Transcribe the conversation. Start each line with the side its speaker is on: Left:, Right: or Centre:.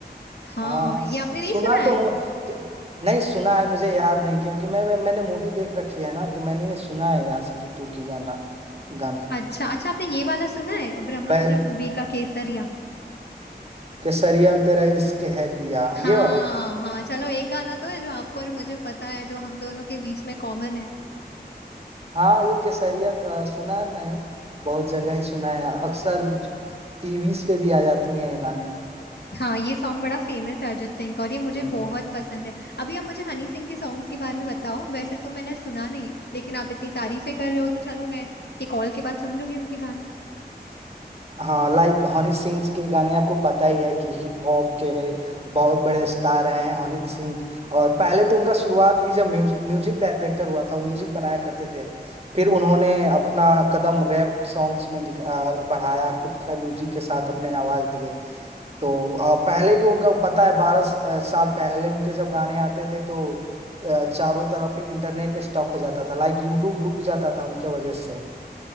Left: हाँ
Right: हाँ
Left: ये
Right: सुना
Left: आपने नहीं सुना है
Right: तो हूँ क्या- नहीं सुना है मुझे याद नहीं क्योंकि मैं, मैं मैंने मूवी देख रखी है ना तो मैंने ये सुना है आशिकी टू की गाना गाने
Left: अच्छा अच्छा आपने ये वाला सुना है ब्रह्मास्त्र
Right: पैर
Left: मूवी का केसरिया
Right: केसरिया तेरा इश्क है पिया
Left: हाँ
Right: ये वाला
Left: हाँ चलो एक गाना तो है जो आपको और मुझे पता है जो हम दोनों के बीच में कॉमन है
Right: हाँ ये केसरिया अ, सुना है मैंने बहुत जगह ही सुना है अक्सर टीवीज पे भी आ जाती हैं ये गाने
Left: हाँ ये सॉन्ग बड़ा फेमस है अरिजीत सिंह का और ये मुझे
Right: हम्म,
Left: बहुत पसंद है अभी आप मुझे हनी सिंह के सॉन्ग्स के बारे में बताओ वैसे तो मैंने सुना नहीं है लेकिन आप इतनी तारीफें कर रहे हो तो चलो मैं ये कॉल के बाद सुन लूंगी उनके गाने
Right: हाँ लाइक हनी सिंह के गाने आपको पता ही है कि हिप हॉप के बहुत बड़े स्टार हैं हनी सिंह और पहले तो उनका शुरुआत ही जब म्यूजिक डायरेक्टर हुआ था वो म्यूजिक बनाया करते थे फिर उन्होंने अपना कदम रैप सॉन्ग्स में निक- आ, बढ़ाया खुद का म्यूजिक के साथ अपने आवाज दिए तो आ, पहले के उनका पता है बारह स- आ, साल पहले उनके जब गाने आते थे तो आ, चारों तरफ इंटरनेट स्टॉक हो जाता था लाइक यूट्यूब रुक जाता था उनके वजह से